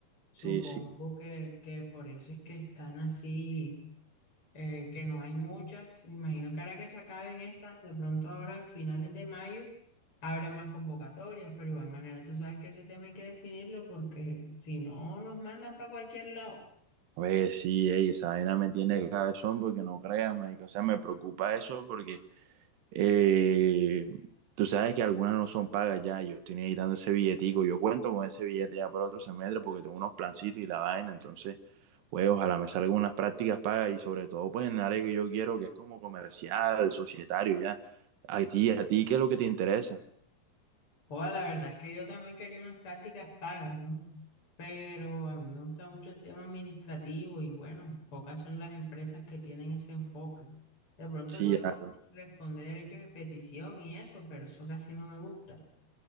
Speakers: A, on the left; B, on the right.
A: Supongo
B: Sí, sí.
A: que, que por eso es que están así. eh, que no hay muchas. Me Imagino que ahora que se acaben estas, de pronto ahora en finales de mayo, abre más convocatorias, pero igual manera tú sabes que ese tema hay que definirlo porque si no nos mandan para cualquier lado.
B: Oye, sí, ey, esa vaina me tiene cabezón porque no créanme, o sea, me preocupa eso porque Eh, tú sabes que algunas no son pagas ya, yo estoy necesitando ese billetico, yo cuento con ese billete ya para otro semestre porque tengo unos plancitos y la vaina, entonces, pues ojalá me salgan unas prácticas pagas y sobre todo pues en el área que yo quiero, que es como comercial, societario ya. A ti, a ti, ¿qué es lo que te interesa?
A: O la verdad es que yo también quería unas prácticas pagas, ¿no? Pero a mí me gusta mucho el tema administrativo y bueno, pocas son las empresas que tienen ese enfoque. De pronto
B: Sí,
A: con enfoque
B: ya,
A: en responder derechos de petición y eso, pero eso casi no me gusta.